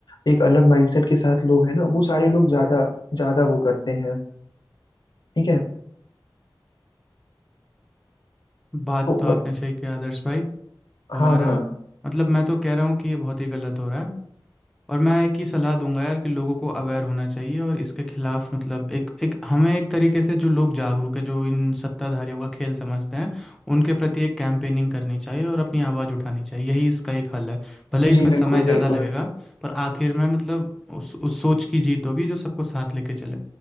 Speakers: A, on the left (about 65°); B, in the centre.
A: एक अलग माइंडसेट के साथ लोग हैं ना वो सारे लोग ज्यादा ज्यादा वो करते हैं ठीक है
B: बात
A: तो
B: तो आपने
A: व-
B: सही किया आदर्श भाई और
A: हाँ हाँ
B: मतलब मैं तो कह रहा हूँ कि ये बहुत ही गलत हो रहा है और मैं एक ही सलाह दूंगा यार कि लोगों को अवेयर होना चाहिए और इसके खिलाफ मतलब एक एक हमें एक तरीके से जो लोग जागरूक है जो इन सत्ताधारियों का खेल समझते हैं उनके प्रति एक कैंपेनिंग करनी चाहिए और अपनी आवाज़ उठानी चाहिए यही इसका एक हल है भले ही इसमें
A: जी बिल्कुल
B: समय ज़्यादा
A: बिल्कुल
B: लगेगा पर आखिर में मतलब उस उस सोच की जीत होगी जो सबको साथ लेके चले